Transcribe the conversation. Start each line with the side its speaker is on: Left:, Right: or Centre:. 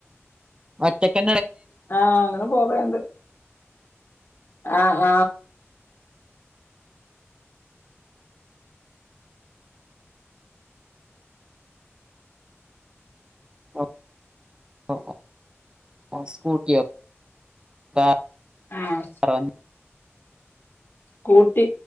Right: ഒറ്റക്ക്
Left: ആഹ അങ്ങനെ പോവേണ്ട അ അ
Right: ആഹ് ആഹ് സ്കൂട്ടിയൊ ആഹ്
Left: ആഹ്
Right: പറ
Left: സ്കൂട്ടി